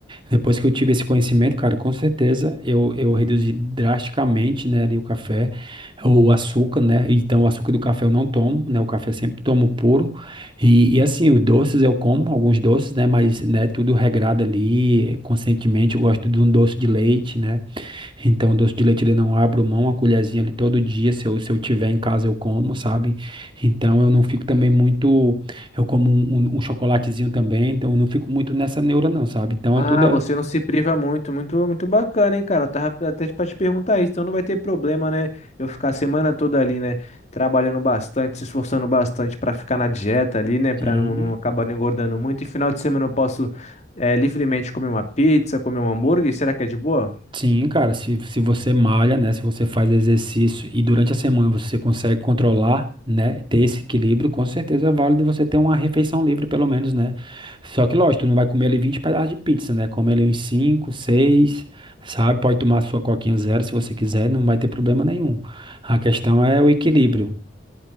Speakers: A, on the right (about 25°); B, on the left (about 35°).
A: Depois que eu tive esse conhecimento, cara, com certeza eu, eu reduzi drasticamente, né, ali o café, o açúcar, né? Então, o açúcar do café eu não tomo, né? O café eu sempre tomo puro. E, e assim, os doces eu como, alguns doces, né? Mas, né, tudo regrado ali, conscientemente. Eu gosto de um doce de leite, né? Então, doce de leite ele não abro mão, a colherzinha ali todo dia, se eu, se eu tiver em casa eu como, sabe? Então, eu não fico também muito. Eu como um, um- um chocolatezinho também, então eu não fico muito nessa neura, não, sabe? Então,
B: Ah,
A: é tudo.
B: você
A: é
B: não se priva muito, muito, muito bacana, hein, cara? Eu Tava até pra te perguntar isso, então não vai ter problema, né? Eu ficar a semana toda ali, né? Trabalhando bastante, se esforçando bastante pra ficar na dieta ali, né? Pra
A: Sim,
B: não, não acabar não engordando muito. E final de semana eu posso, eh, livremente comer uma pizza, comer um hambúrguer. Será que é de boa?
A: sim, cara, se, se você malha, né, se você faz exercício e durante a semana você consegue controlar, né, ter esse equilíbrio, com certeza é válido você ter uma refeição livre pelo menos, né, só que lógico, tu não vai comer ali 20 pedaços de pizza, né, comer ali uns 5 6 sabe, pode tomar sua coquinha zero se você quiser, não vai ter problema nenhum, a questão é o equilíbrio.